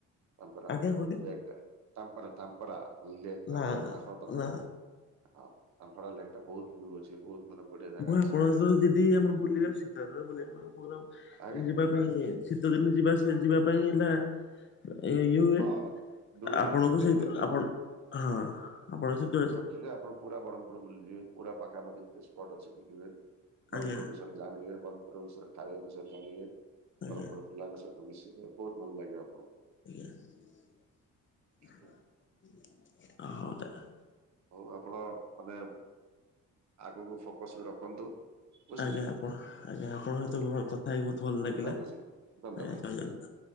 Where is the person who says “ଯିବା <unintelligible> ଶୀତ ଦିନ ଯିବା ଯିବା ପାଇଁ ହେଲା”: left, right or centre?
Left